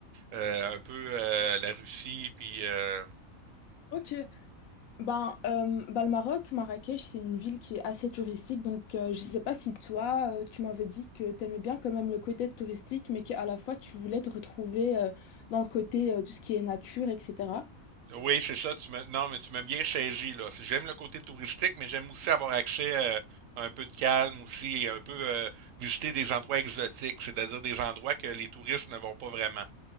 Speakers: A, on the right (about 70°); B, on the left (about 75°).
A: euh, un peu euh, la Russie, puis euh,
B: Ok. Ben, euh, ben, le Maroc, Marrakech, c'est une ville qui est assez touristique, donc euh, je ne sais pas si toi, euh, tu m'avais dit que tu aimais bien quand même le côté touristique, mais qu'à la fois tu voulais te retrouver euh, dans le côté euh, tout ce qui est nature, etc.
A: oui, c'est ça, tu me, non, mais tu m'as bien saisi, là. J'aime le côté touristique, mais j'aime aussi avoir accès euh, à un peu de calme aussi et un peu euh, visiter des endroits exotiques, c'est-à-dire des endroits que les touristes ne vont pas vraiment.